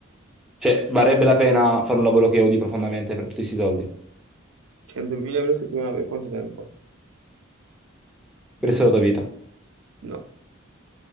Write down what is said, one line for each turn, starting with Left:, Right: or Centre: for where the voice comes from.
Centre: Cioè, varrebbe la pena fare un lavoro che odi profondamente per tutti questi soldi, per
Right: 100.000 euro a settimana per quanto tempo?
Centre: il resto della tua vita.
Right: No.